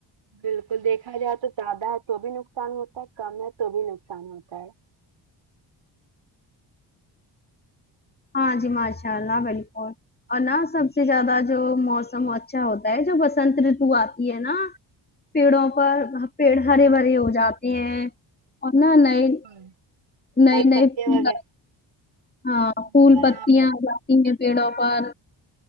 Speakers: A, on the right; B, on the left.
A: بالکل دیکھا جائے تو زیادہ ہے تو بھی نقصان ہوتا ہے کم ہے تو بھی نقصان ہوتا ہے
B: ہاں جی ماشاء اللہ بالکل اور نا سب سے زیادہ جو موسم اچھا ہوتا ہے جو بسنتریت بو آتی ہے نا پیڑوں پر پیڑ ہرے بھرے ہو جاتے ہیں اور نہ نئے
A: بالکل
B: نئے نئے
A: پتے
B: پھول
A: وغیرہ
B: اور ہاں
A: ہمارے
B: پھول پتیاں
A: یہاں پر
B: جو آتی ہیں پیڑوں پر